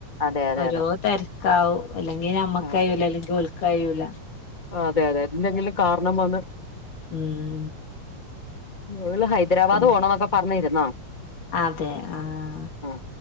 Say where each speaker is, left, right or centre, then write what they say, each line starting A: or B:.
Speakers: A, on the left; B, on the left.
A: അതെ അതെ
B: ഓരോ
A: അതെ
B: തിരക്കാവും. അല്ലെങ്കി നമ്മക്ക്
A: ആഹ്
B: കഴൂല, അല്ലെങ്കിൽ ഓൾക്ക് കഴൂല.
A: അതെ, അതെ എന്തെങ്കിലും കാരണം വന്ന്
B: ഉം
A: ഓള് ഹൈദരാബാദ്
B: പിന്നെ
A: പോണന്നൊക്കെ പറഞ്ഞിരുന്നതാ
B: അതെ ആ ഹ്
A: ആഹ്